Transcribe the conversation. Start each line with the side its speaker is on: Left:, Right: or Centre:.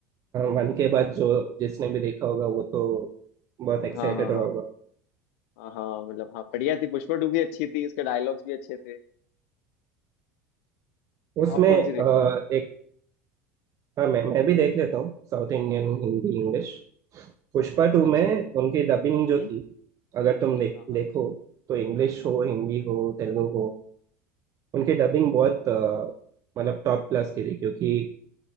Right: वन के बाद जो जिसने भी देखा होगा वो तो बहुत एक्साइटेड
Left: हाँ हाँ
Right: रहा
Left: हाँ
Right: होगा
Left: हाँ हाँ मतलब हाँ बढ़िया थी पुष्पा टू भी अच्छी थी उसके डायलॉग्स भी अच्छे थे
Right: उसमें
Left: आप कौन
Right: अ,
Left: सी देखते हो
Right: एक हाँ मैं मैं भी देख लेता हूँ south Indian Hindi English पुष्पा
Left: अच्छा अच्छा
Right: two
Left: अच्छा
Right: में उनकी डबिंग
Left: हम्म
Right: जो
Left: हम्म,
Right: थी अगर तुम देख
Left: हाँ हाँ
Right: देखो तो इंग्लिश
Left: हाँ
Right: हो
Left: हाँ
Right: हिंदी हो तेलुगु हो उनकी डबिंग बहुत अ, मतलब टॉप क्लास की थी क्योंकि